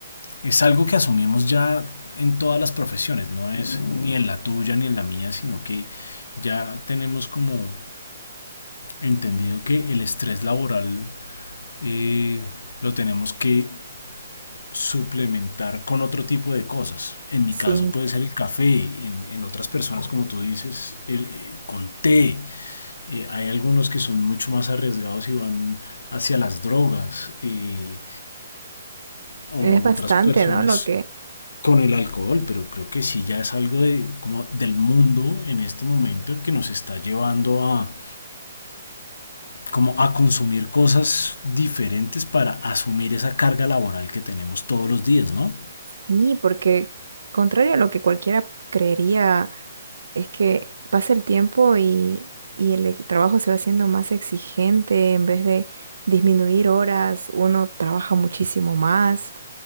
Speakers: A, on the left; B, on the right.
A: es algo que asumimos ya en todas las profesiones, no es ni en la tuya ni en la mía, sino que ya tenemos como entendido que el estrés laboral eh, lo tenemos que suplementar con otro tipo de cosas. En mi
B: Sí,
A: caso puede ser el café, en, en otras personas, como tú dices, el, eh, con té. Eh, hay algunos que son mucho más arriesgados y van hacia las drogas, eh, o
B: es bastante,
A: otras personas
B: ¿no? Lo que,
A: con el alcohol, pero creo que sí ya es algo de, como del mundo en este momento que nos está llevando a, como a consumir cosas diferentes para asumir esa carga laboral que tenemos todos los días, ¿no?
B: y porque contrario a lo que cualquiera creería, es que pasa el tiempo y, y el ex- trabajo se va haciendo más exigente en vez de disminuir horas, uno trabaja muchísimo más.